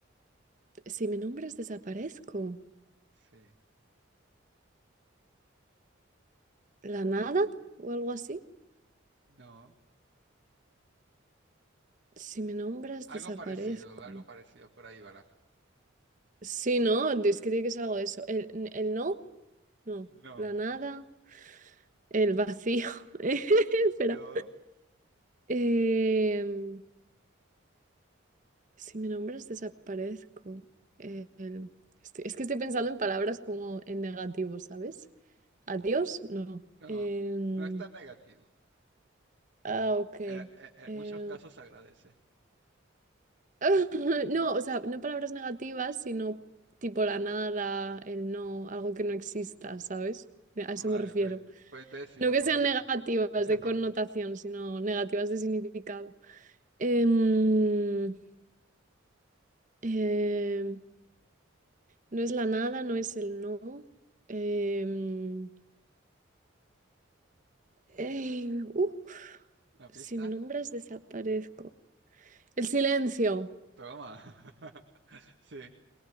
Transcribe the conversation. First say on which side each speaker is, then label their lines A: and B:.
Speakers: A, on the right; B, on the right.
A: Si me nombras, desaparezco.
B: Sí.
A: ¿La nada o algo así?
B: No.
A: Si me nombras,
B: Algo
A: desaparezco.
B: parecido, algo parecido. Por ahí va la.
A: Sí, no, es que tiene que ser algo de eso. El, el no, no.
B: No,
A: La nada, el vacío. <laughs> Espera.
B: no,
A: Em, si me nombras, desaparezco. El- estoy- es que estoy pensando en palabras como en negativo, ¿sabes? Adiós, no.
B: no.
A: Em,
B: No es tan negativo.
A: ah, ok.
B: En, en- en
A: Em,
B: muchos casos se agradece.
A: <laughs> No, o sea, no palabras negativas, sino tipo la nada, el no, algo que no exista, ¿sabes? A
B: Vale,
A: eso me refiero.
B: pues, pues entonces sí
A: No
B: vas
A: que
B: por
A: sean
B: ahí.
A: negativas
B: <laughs>
A: de
B: Vale.
A: connotación, sino negativas de significado. Em, em, no es la nada, no es el no. Em, eh, uf,
B: ¿Una
A: si
B: pista?
A: me nombras, desaparezco. El silencio.
B: Toma. <laughs> Sí.